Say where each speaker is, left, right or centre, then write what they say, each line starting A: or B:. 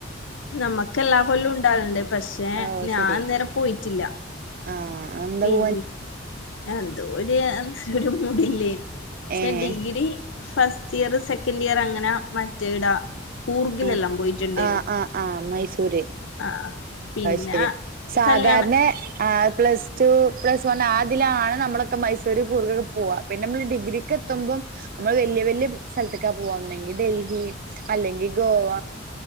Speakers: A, on the left; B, on the right.
A: നമക്കെല്ലാ കൊല്ലുണ്ടാവല്ണ്ട് പക്ഷെ
B: ഓഹ്
A: ഞാൻ
B: ശരി
A: അന്നേരം പോയിട്ടില്ല.
B: ആഹ് എന്താ
A: പിൻ
B: പോവാൻ
A: അന്തോര് അന്ന് ഒര് മൂടില്ലേനു പക്ഷെ
B: ഏഹ്
A: ഡിഗ്രി ഫസ്റ്റ്‌യറ് സെക്കൻഡിയറ് അങ്ങനെ മറ്റേ ടാ കൂർഗിലെല്ലാം
B: ആഹ്
A: പോയിട്ട്ണ്ടേന്നു.
B: ആഹ് ആഹ് ആഹ് മൈസൂര്
A: ആഹ് പിന്നെ
B: അയ് ശെരി സാധാരണെ
A: കല്യാണം
B: ആഹ് പ്ലസ് ടു പ്ലസ് വണാതിലാണ് നമ്മളൊക്കെ മൈസൂര് കൂർഗൊക്കെ പോവ. പിന്നമ്മള് ഡിഗ്രിക്കെത്തുമ്പം നമ്മള് വല്യ വല്യ സ്ഥലത്ത്ക്കാ പോവാ ഒന്നെങ്കി ഡൽഹി അല്ലെങ്കി ഗോവ